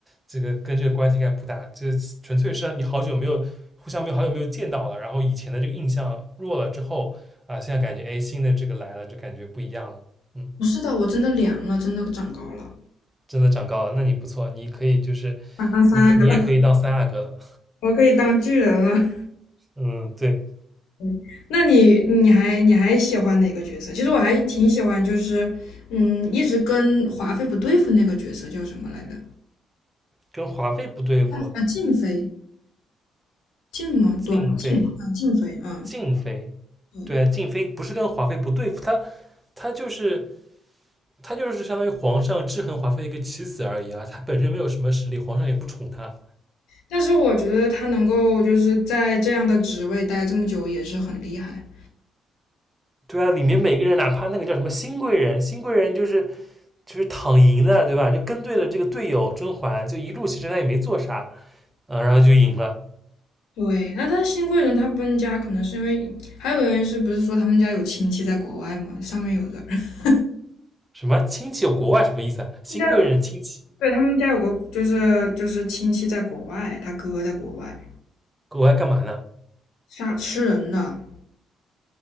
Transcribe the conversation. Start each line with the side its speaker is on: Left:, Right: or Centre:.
Right: 这个跟这个关系应该不大，这纯粹是你好久没有互相没有好久没有见到了，然后以前的这个印象弱了之后啊、呃现在感觉哎新的这个来了，就感觉不一样了，嗯，
Left: 不是的，我真的凉了，真的长高了，
Right: 真的长高了，那你不错，你可以就是
Left: 想当三个了，
Right: 你你也可以当三阿哥了，
Left: <laughs> 我可以当巨人了。
Right: 嗯，对，
Left: <laughs> 那你你还你还喜欢哪个角色？其实我还挺喜欢，就是嗯，一直跟华妃不对付那个角色叫什么来着？
Right: 跟华妃不对付，
Left: 啊，静妃，静吗？
Right: 静妃
Left: 端静啊，静妃，嗯，
Right: 静妃，
Left: 对。
Right: 对啊，静妃不是跟华妃不对付，她她就是他就是相当于皇上制衡华妃一个棋子而已啊，他本身没有什么实力，皇上也不宠他。
Left: 但是我觉得她能够就是在这样的职位待这么久，也是很厉害。
Right: 对啊，里面每个人，哪怕那个叫什么新贵人，新贵人就是就是躺赢的，对吧？就跟对了这个队友甄嬛，就一路其实他也没做啥，嗯、呃然后就赢了。
Left: 对，那他新贵人他搬家，可能是因为还有个原因是不是说他们家有亲戚在国外嘛？上面有人，<laughs>
Right: 什么亲戚有国外什么意思啊？新贵人亲戚
Left: 他们家有，对，他们家有个就是就是亲戚在国外，他哥在国外，
Right: 国外干嘛呢？
Left: 杀吃人的。